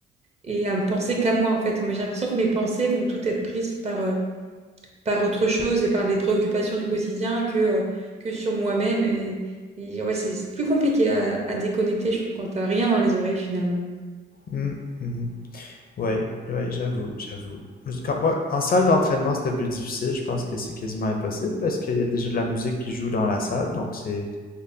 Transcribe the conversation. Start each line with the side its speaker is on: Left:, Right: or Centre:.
Right: et à me penser qu'à moi, en fait. Moi, j'ai l'impression que mes pensées vont toutes être prises par, euh, par autre chose et par les préoccupations du quotidien que, euh, que sur moi-même. Et, et ouais, c'est c'est plus compliqué à, à déconnecter, je trouve, quand t'as rien dans les oreilles, finalement.
Left: Mm, mhm. Ouais, ouais, j'avoue, j'avoue. Quand moi, en salle d'entraînement, c'était plus difficile. Je pense que c'est quasiment impossible parce qu'il y a déjà de la musique qui joue dans la salle. Donc, c'est